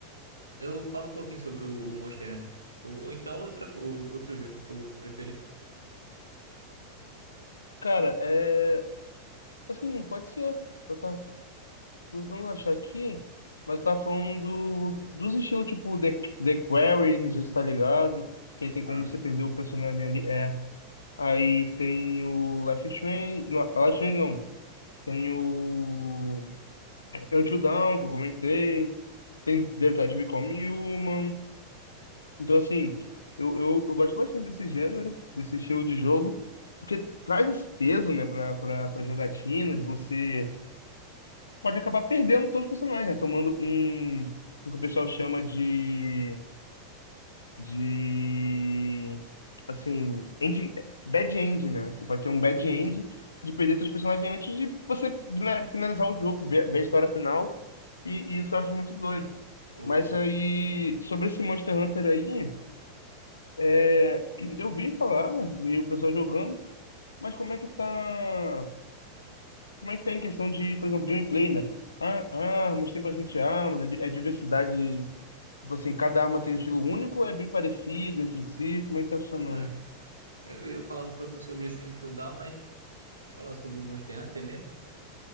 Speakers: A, on the right (about 80°); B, on the left (about 75°).
A: eu falo um pouquinho sobre o o Monster Hunter. Ou, ou então outra, o- outro jogo que tu preferir.
B: cara, é. Assim, pode ser. Eu tava Vou não achar aqui, mas tá falando do- dos estilos tipo The, The Quarry, não sei se tá ligado, que
A: The
B: aí tem
A: Quarry.
B: como você perder o personagem ali, é. Aí tem o Life is Strange, não, Life is Strange não, tem o Until Dawn, que eu comentei, tem Detroit Become Human, então assim, eu, eu, eu gosto bastante desse gênero, desse estilo de jogo, porque traz esse peso, né, pra, pra, pra jogatina, de você pode acabar perdendo todos os personagens, né? Tomando um, o que o pessoal chama de, de, assim, end, bad end, né? Você pode ter um bad
A: Hum,
B: end de perder seus personagens antes de você né, finalizar o jogo, ver, ver a história final, e, e isso eu acho muito doido.
A: ou.
B: Mas aí, sobre esse Monster Hunter aí, é, <clears throat> eu vi falar, né? Vi o pessoal jogando, mas como é que tá... Mas tem questão de, por exemplo, gameplay, né? Ah, armas, tem bastante armas, é, di- é diversidade. Tipo assim,
A: ah,
B: cada arma tem um estilo único, é bem parecido entre si, como é que tá funcionando?
A: é, eu ia falar um pouquinho sobre Resident Evil Dawn, mas falar sobre o Monster Hunter mesmo.